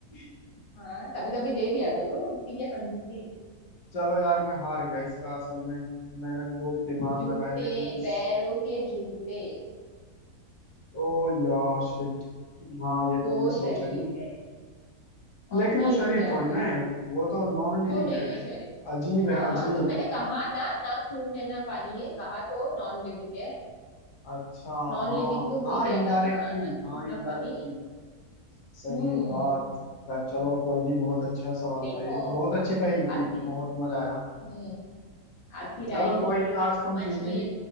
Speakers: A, on the left; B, on the left.
A: <laughs>
B: हाँ कभी कभी दे दिया करो इतनी क्या कंजूसी
A: चलो यार मैं हार गया इसका असल में मैंने खूब दिमाग
B: जूते
A: लगाया लेकिन कुछ
B: पैरों के जूते
A: ओ यार शिट हाँ ये तो
B: दो
A: मैंने
B: शरीर
A: सोचा ही नहीं
B: है और
A: लेकिन वो
B: एक
A: शरीर
B: जान
A: थोड़ी
B: है
A: ना है वो तो नॉन लिविंग
B: क्यों नहीं
A: है
B: है शरीर
A: अजीब है
B: हाँ
A: अजीब
B: तो मैंने कहा ना ना खून है ना पानी है कहा तो नॉन लिविंग है
A: अच्छा
B: नॉन
A: हाँ
B: लिविंग तो हो
A: हाँ
B: ही गया
A: इनडायरेक्टली
B: था ना ना खून
A: हाँ
B: ना
A: इनडायरेक्टली
B: पानी
A: सही
B: हम्म
A: बात पर चलो कोई नहीं बहुत अच्छा सवाल
B: देखो
A: था ये बहुत अच्छी पहेली
B: आखिर
A: थी बहुत मजा आया
B: हम्म आखिर
A: चलो
B: आई
A: कोई नहीं आज तुम
B: मछली
A: जीत रही